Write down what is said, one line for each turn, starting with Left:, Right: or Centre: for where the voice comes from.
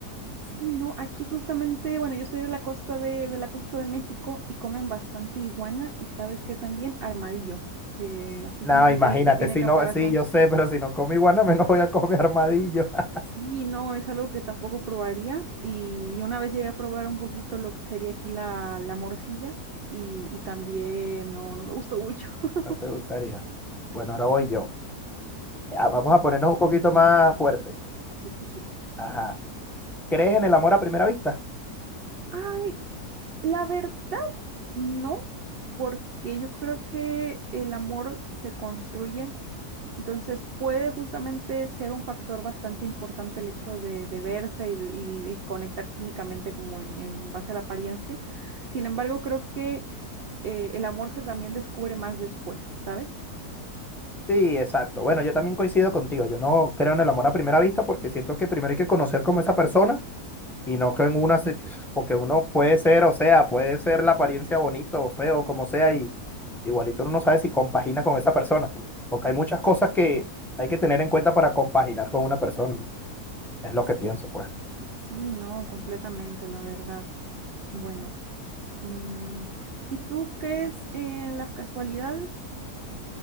Right: Sí, no, aquí justamente, bueno, yo soy de la costa de, de la costa de México y comen bastante iguana y sabes que también armadillo, eh, así
Centre: No,
Right: como el,
Centre: imagínate,
Right: el que tiene
Centre: si
Right: caparazón.
Centre: no, sí, yo sé, pero si no como iguana, menos voy a comer armadillo. <laughs>
Right: Sí, no, es algo que tampoco probaría y, y una vez llegué a probar un poquito lo que sería aquí la, la morcilla y, y también no, no me gustó mucho. <laughs>
Centre: No te gustaría. Bueno, ahora voy yo. Ah, Vamos a ponernos un poquito más fuerte.
Right: Sí, sí, sí.
Centre: Ajá. ¿Crees en el amor a primera vista?
Right: Ay, la verdad, no, porque yo creo que el amor se construye Entonces puede justamente ser un factor bastante importante el hecho de, de verse y, de- y- y conectar químicamente como en, en base a la apariencia. Sin embargo, creo que eh, el amor se también descubre más después, ¿sabes?
Centre: Sí, exacto. Bueno, yo también coincido contigo. Yo no creo en el amor a primera vista porque siento que primero hay que conocer como esa persona y no que en una, se- porque uno puede ser, o sea, puede ser la apariencia bonito o feo, como sea, y igualito uno no sabe si compagina con esa persona, porque hay muchas cosas que hay que tener en cuenta para compaginar con una persona. Es lo
Right: S-
Centre: que pienso, pues.
Right: Sí, no, completamente, la verdad. Bueno, mm, ¿y tú crees en las casualidades?